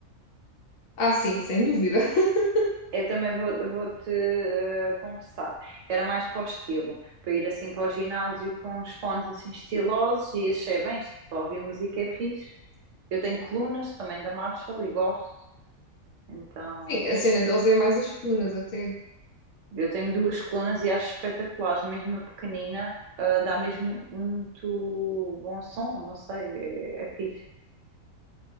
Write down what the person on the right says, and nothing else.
Eu também vou, vou-te eh, confessar, era mais para o estilo, para ir assim para o ginásio com os fones assim estilosos e achei bem, isto para ouvir música é fixe. Eu tenho colunas também da Marshall e gosto, então
eu tenho duas colunas e acho espetaculares, mesmo a pequenina, eh, dá mesmo muito bom som, não sei, é, é fixe,